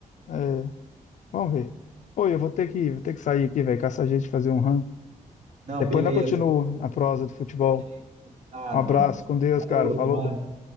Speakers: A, on the left; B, on the right.
A: É, vamos ver. Pô, eu vou ter que, vou ter que sair aqui, velho, com essa gente fazer um ranking
B: Não,
A: Depois
B: beleza.
A: nós continuamos a prosa do futebol.
B: Ok, combinado,
A: Um abraço,
B: Márcio.
A: com Deus,
B: Falou,
A: cara. Falou.
B: até mais.